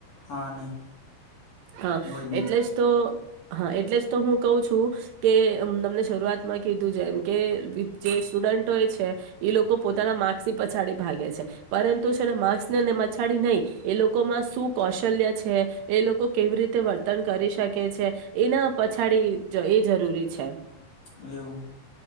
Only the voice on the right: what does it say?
હા
એટલે જ તો હા એટલે જ તો હું કહું છું કે તમને શરૂઆતમાં કીધું છે એમ કે જે સ્ટુડન્ટો છે એ લોકો પોતાના માર્ક્સની પછાડી ભાગે છે પરંતુ છે ને માર્ક્સને પછાડી નહી એ લોકોમાં શું કૌશલ્ય છે એ લોકો કેવી રીતે વર્ તન કરી શકે છે એના પછાડી એ જરૂરી છે